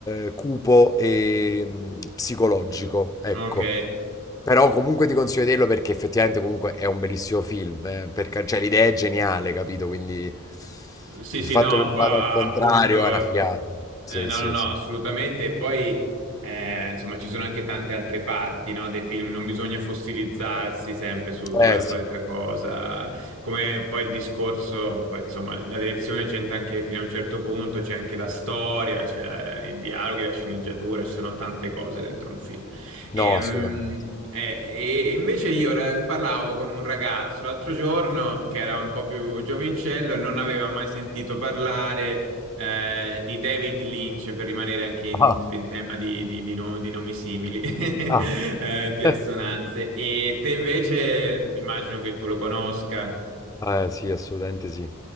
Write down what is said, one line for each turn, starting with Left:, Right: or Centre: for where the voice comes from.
Left: eh, cupo e mh, psicologico, ecco.
Right: Ok.
Left: Però comunque ti consiglio di vederlo perché effettivamente comunque è un bellissimo film, eh, per ca- cioè l'idea è geniale, capito? Quindi
Right: Sì,
Left: il
Right: sì,
Left: fatto
Right: no,
Left: che
Right: app-
Left: mi
Right: appunto.
Left: vada al contrario è una
Right: eh,
Left: figata. Sì,
Right: eh, no,
Left: sì,
Right: no, no,
Left: sì.
Right: assolutamente. E poi, eh, insomma, ci sono anche tante altre parti, no, dei film. Non bisogna fossilizzarsi sempre su- sulla
Left: Eh sì,
Right: solita cosa. Come poi il discorso, poi insomma, la direzione c'entra anche fino a un certo punto, c'è anche la storia, c'è la- i dialoghi, la sceneggiatura, ci sono tante cose dentro un film. Ehm,
Left: no, assolutamente.
Right: Eh, e invece io ra- parlavo con un ragazzo l'altro giorno che era un po' più giovincello e non aveva mai sentito parlare eh, di David Lynch, per rimanere anche in,
Left: Ah,
Right: in tema di, di- di no- di nomi simili, <laughs>
Left: ah.
Right: eh, di
Left: <laughs>
Right: assonanze. E te invece, immagino che tu lo conosca.
Left: Eh sì, assolutamente sì.